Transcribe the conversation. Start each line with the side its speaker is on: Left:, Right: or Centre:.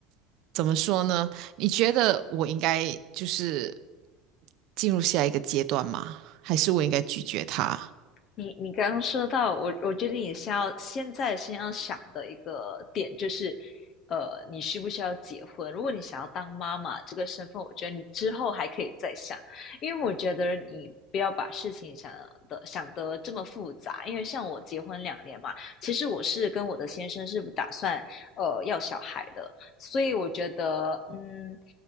Right: 怎么说呢？你觉得我应该就是进入下一个阶段吗？还是我应该拒绝他？
Left: 你你刚刚说到我，我觉得你先要现在先要想的一个点就是，呃，你需不需要结婚？如果你想要当妈妈这个身份，我觉得你之后还可以再想，因为我觉得你不要把事情想的想得这么复杂。因为像我结婚两年嘛，其实我是跟我的先生是不打算呃要小孩的，所以我觉得嗯。